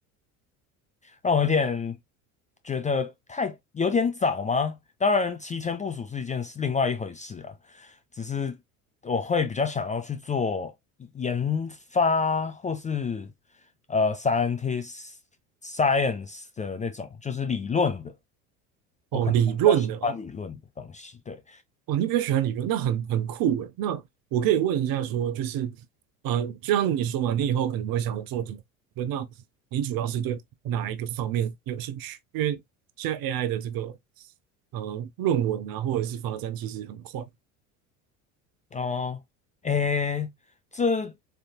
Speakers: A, on the left; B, on the right.
A: 让我有点觉得太有点早吗？当然，提前部署是一件是另外一回事啊。只是我会比较想要去做研发或是呃 scientist science 的那种，就是理论的，
B: 哦，
A: 我可能会比较喜欢理论的东西。
B: 理论的哦。
A: 对，
B: 哦，你比较喜欢理论，那很很酷诶。那我可以问一下说，就是，呃，就像你说嘛，你以后可能会想要做理论，那你主要是对哪一个方面有兴趣？因为现在 AI 的这个，呃，论文啊，或者是发展其实很快。
A: 哦，诶，这